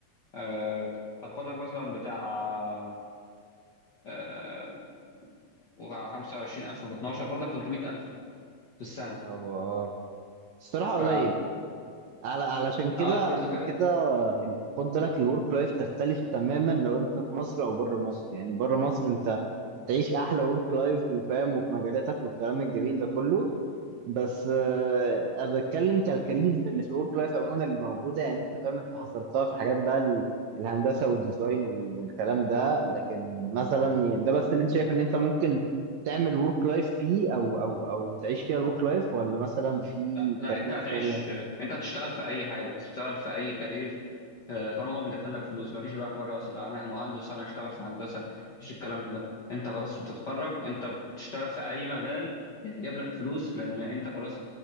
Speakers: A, on the left; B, on the right.
A: آه، هتاخد لك مثلا بتاع آه، وع- 25000 في 12 هتاخد لك 300000 في السنه
B: أو آه. الصراحه
A: ف
B: قليل على علشان كده
A: اه
B: علشان
A: فانتوا كده
B: كده ال- خد بالك الورك لايف تختلف تماما لو انت في مصر او بره مصر يعني بره مصر انت تعيش احلى ورك لايف وفاهم وفي مجالاتك والكلام الجميل ده كله بس آه، انا بتكلم كالكاريرز اللي في الورك لايف عموما اللي موجوده يعني انت فاهم انت حصرتها في حاجات بقى ال- الهندسه والديزاين وال- والكلام ده لكن مثلا يعني ده بس اللي انت شايف ان انت ممكن تعمل ورك لايف فيه او او او تعيش فيها الورك لايف ولا مثلا في
A: لا لا
B: كاريرز
A: انت هتعيش
B: تانية؟
A: انت هتشتغل في اي حاجه تشتغل في اي كارير آه، طالما هو بيدخل لك فلوس ما فيش بقى حوار اصل انا مهندس وانا هشتغل في هندسه مفيش الكلام ده انت خلاص بتتخرج انت بتشتغل في اي مجال يجيب لك فلوس لان انت خلاص